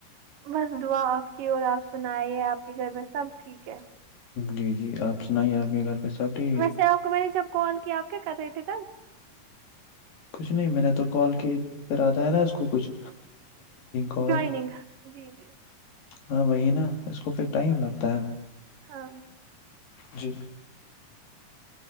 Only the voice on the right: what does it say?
بس دعا آپ کی اور آپ سنائیے آپ کی گھر میں سب ٹھیک ہے
ویسے
آپ کو میں نے جب کال کیا آپ کیا کر رہے تھے تب
جوائننگ جی جی
ہاں جی